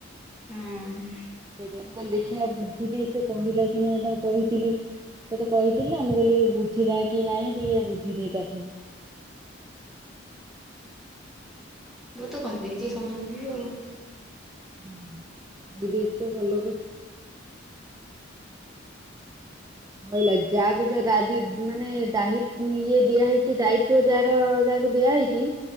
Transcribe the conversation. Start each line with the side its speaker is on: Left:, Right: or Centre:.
Centre: ହୁଁ ହୁଁ।
Right: ସେଇଁ କାେ ଦେଖିବା ବୁଝିକି ସେ କହିଲେ କି ନା ଏଇଟା କହିଥିଲି ସେତେ କହିଥିଲି ମୁମକୁ କହିଲି ବୁଝିଲା କି ନାଇଁ ଟିକେ ବୁଝିଦିଏ ତା ଠାରୁ।
Centre: ମୁଁ ତ କହିଦେଇଛି ସମାନଙ୍କୁ ଆଉ।
Right: ହଁ ଭାଇ ଦେଇ ତ ଭଲ କରଛୁ। ରହିଲା ଯାହାକୁ ଯୋଉଦି ମାନେ ଦ ଇଏ ଦିଆହଇଛି ଦାୟିତ୍ବ ଯାର ଯାହାକୁ ଦିଆହଇଛି